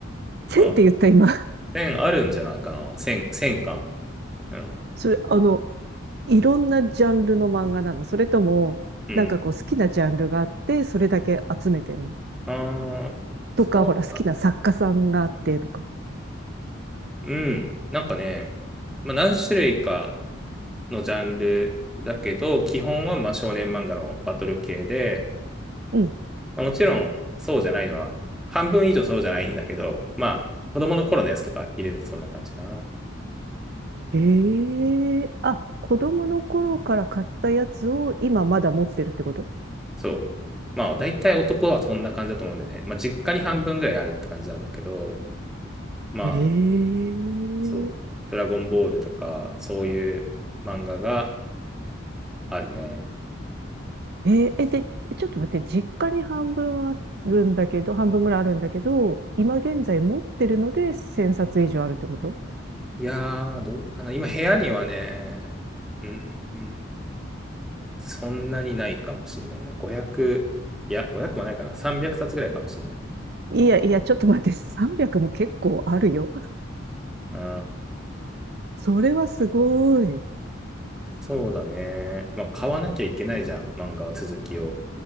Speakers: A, in the centre; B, on the right.
A: うん
B: って言った今。<laughs>
A: 1000あるんじゃないかな。1000、巻。うん。
B: それ、あの、いろんなジャンルの漫画なのそれとも、
A: うん。
B: なんかこう好きなジャンルがあって、それだけ集めてるの
A: ああ、
B: とか、
A: そうだね。
B: ほら、好きな作家さんがあってとか。
A: うん。なんかね、まあ、何種類かのジャンルだけど、基本はまあ少年漫画のバトル系で、
B: うん。
A: もちろんそうじゃないのは、半分以上そうじゃないんだけど、まあ、子供の頃のやつとか入れるとそんな感じかな。
B: ええあ、子供の頃から買ったやつを今まだ持ってるってこと
A: そう。まあ、大体男はそんな感じだと思うんでね。まあ、実家に半分ぐらいあるって感じなんだけど、まあ、
B: ええ
A: そう、ドラゴンボールとか、そういう漫画があるね。
B: えーえ、で、ちょっと待って、実家に半分あるんだけど、半分ぐらいあるんだけど、今現在持ってるので1000冊以上あるってこと
A: いやー、どうかな。今、部屋にはね、うん、うんそんなにないかもしんないな。5 0いや、5 0もないかな。300冊ぐらいかもしんない。
B: いやいや、ちょっと待って、300も結構あるよ。
A: うん
B: それはすごい。
A: そうだね。まあ、買わなきゃいけないじゃん。漫画は続きを。